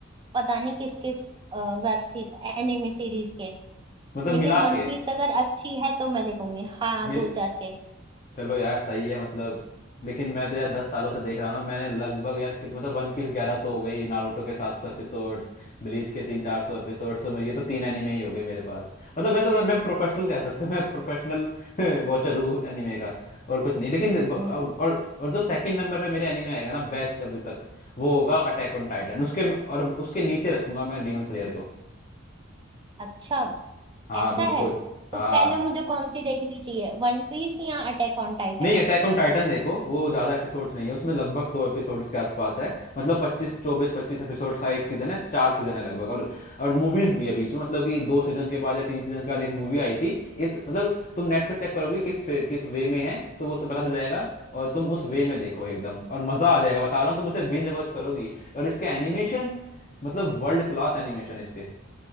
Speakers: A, on the right; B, on the left.
A: पता नहीं किस किस वेब सी एनिमे सीरीज के
B: मतलब
A: लेकिन
B: मिला
A: वन
B: के
A: पीस अगर अच्छी है तो मैं देखूंगी हाँ
B: मिल
A: दो चार के
B: चलो यार सही है मतलब लेकिन मैं तो यार दस सालों से देख रहा हूँ ना मैंने लगभग यार कितने मतलब वन पीस ग्यारह सौ हो गई नारुतो के सात सौ एपिसोड्स ब्लीच के तीन चार सौ एपिसोड्स तो मैं- ये तो तीन एनिमे ही हो गए मेरे पास मतलब मैं तो मैं प्रोफेशनल कह सकता हूँ मैं प्रोफेशनल वॉचर <laughs> हूँ एनिमे का और कुछ नहीं लेकिन ब-
A: हम्म
B: और और जो सेकंड नंबर पे मेरे एनिमे आएगा ना बेस्ट अभी तक वो होगा अटैक ऑन टाइटन उसके और उसके नीचे रखूंगा मैं डेमन स्लेयर को
A: अच्छा
B: हाँ
A: ऐसा
B: बिल्कुल
A: है तो
B: हाँ
A: पहले मुझे कौन सी देखनी चाहिए वन पीस या अटैक ऑन टाइटन
B: नहीं अटैक ऑन टाइटन देखो वो ज्यादा एपिसोड्स नहीं है उसमें लगभग सौ एपिसोड्स के आसपास है मतलब पच्चीस चौबीस पच्चीस एपिसोड्स का एक सीजन है चार सीजन है लगभग और और मूवीज भी है बीच में मतलब कि दो सीजन के बाद या तीन सीजन के बाद एक मूवी आई थी इस मतलब तुम नेट पर चेक करोगे किस फे- किस वे में है तो वो तुम्हें पता चल जाएगा और तुम उस वे में देखो एकदम और मजा आ जाएगा बता रहा हूँ तुम उसे बिंज वॉच करोगी और इसके एनिमेशन मतलब वर्ल्ड क्लास एनिमेशन इसके